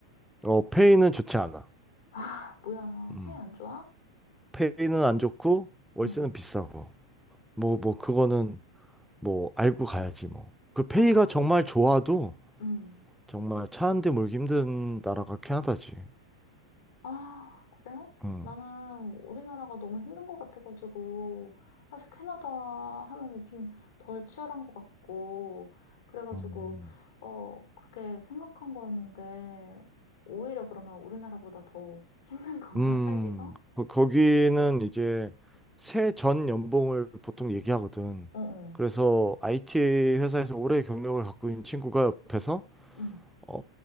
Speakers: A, in the centre; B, on the left.
A: 어, 페이는 좋지 않아.
B: <laughs> 아, 뭐야.
A: 음.
B: 페이 안 좋아?
A: 페이는 안 좋고 월세는
B: 응.
A: 비싸고 뭐 뭐 그거는 뭐 알고 가야지 뭐. 그 페이가
B: 아,
A: 정말 좋아도
B: 음.
A: 정말 차 한 대 몰기 힘든 나라가 캐나다지.
B: 아, 그래?
A: 음.
B: 나는 우리나라가 너무 힘든 것 같아가지고, 사실 캐나다 하면 좀 덜 치열한 것 같고, 그래가지고,
A: 음.
B: 어, 그렇게 생각한 거였는데, 오히려 그러면 우리나라보다 더 힘든 건가,
A: 음,
B: 살기가?
A: 거- 거기는 이제 새 전 연봉을 보통 얘기하거든.
B: 어, 어.
A: 그래서 IT 회사에서 오래 경력을 갖고 있는 친구가 옆에서
B: 응,
A: 어,